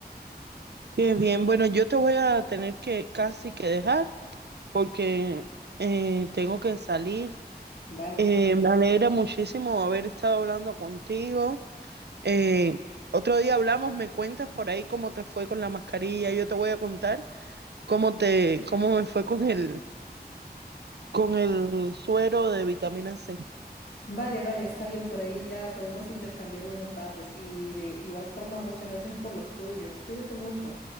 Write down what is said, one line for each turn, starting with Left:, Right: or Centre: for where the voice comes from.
Right: Qué bien. Bueno, yo te voy a tener que casi que dejar porque eh, tengo que salir.
Left: Vale.
Right: Eh, me alegra muchísimo haber estado hablando contigo. Eh, otro día hablamos, me cuentas por ahí cómo te fue con la mascarilla. Yo te voy a contar cómo te, cómo me fue con el, con el suero de vitamina C.
Left: Vale, vale, está bien, por ahí ya podemos intercambiar unos datos y de igual forma, muchas gracias por los tuyos. Cuídate mucho.